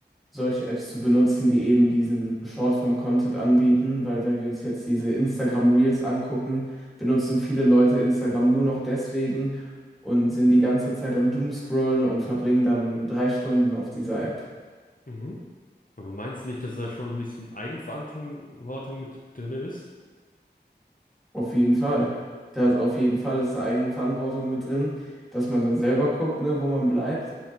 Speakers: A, in the centre; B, on the left.
A: solche Apps zu benutzen, die eben diesen Shortform-Content anbieten. Weil wenn wir uns jetzt diese Instagram Reels angucken, benutzen viele Leute Instagram nur noch deswegen und sind die ganze Zeit am Doomscrollen und verbringen dann drei Stunden auf dieser App.
B: Mhm. Aber meinst du nicht, dass da schon ein bisschen Eigenverantwortung Verantwortung mit drin ist?
A: Auf jeden Fall. Da ist auf jeden Fall ist da Eigenverantwortung mit drin, dass man dann selber guckt, ne, wo man bleibt.